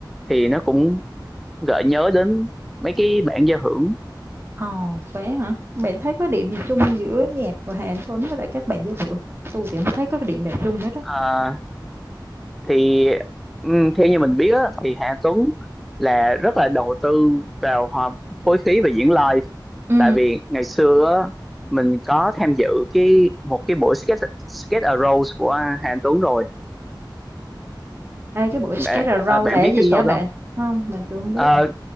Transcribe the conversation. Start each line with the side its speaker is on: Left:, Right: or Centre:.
Centre: thì nó cũng gợi nhớ đến mấy cái bản giao hưởng
Right: Ồ, vậy hả? Bạn thấy có điểm gì chung giữa nhạc của Hà Anh Tuấn với lại các bạn giao hưởng? Tôi thì không thấy có cái điểm nào chung hết á.
Centre: ừ. thì ừm, theo như mình biết á, thì Hà Tuấn là rất là đầu tư vào hòm phối khí và diễn live
Right: Ừ.
Centre: tại vì ngày xưa á, mình có tham dự cái một cái buổi sketch sketch a Rose của Hà Tuấn rồi
Right: Đây cái buổi
Centre: bạn,
Right: Skate a
Centre: à,
Right: Row
Centre: bạn
Right: là cái
Centre: biết
Right: gì
Centre: cái show
Right: á bạn?
Centre: đó không?
Right: Không, mình tôi không biết.
Centre: Ờ,